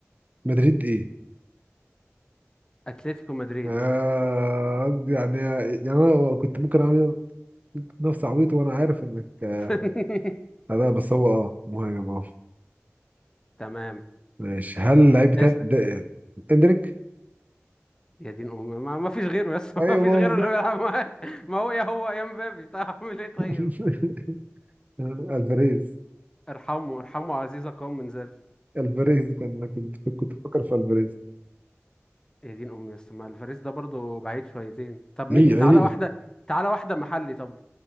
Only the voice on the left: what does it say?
اتلتيكو مدريد
<laughs>
تمام
اسأل
يا دين امي ما, ما فيش غيره يس <laughs>
ما فيش
غيره
اللي بيلعب معاك ما هو يا هو يا مبابي طيب اعمل <laughs> ايه طيب
ارحمه ارحمه عزيزة قوم من ذل
يا دين امي بس ما الفاريز ده برضه بعيد شويتين طب
نيجي
تعالى واحده تعالى واحده محلي طب